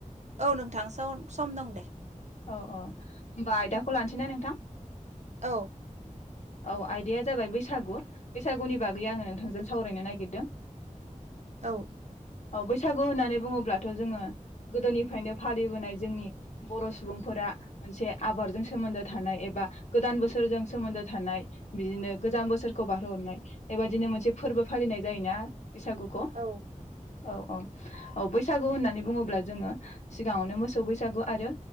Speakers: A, on the right; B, on the left.
A: औ नोंथांसो सम सम दं दे
B: अ अ होमबा आयदाखौ लानोसैना नोंथां
A: औ
B: औ आयदाया जाबाय बैसागु बैसागुनि बागै आङो नोंथांजों सावरायनो नागिरदों
A: औ
B: औ बैसागु होननानै बुङोब्लाथ जोङो गोदोनिफ्रायनो फालिबोनाय जोंनि बर' सुबुंफोरा मोनसे आबादजों सोमोन्दो थानाय एबा गोदान बोसोरजों सोमोन्दो थानाय बिदिनो गोजाम बोसोरखौ बारहोहरनाय बेबायदिनो मोनसे फोरबो फालिनाय जायोना बैसागुखौ
A: औ
B: औ औ औ बैसागु होननानै बुङोब्ला जोङो सिगाङावनो मोसौ बैसागु आरो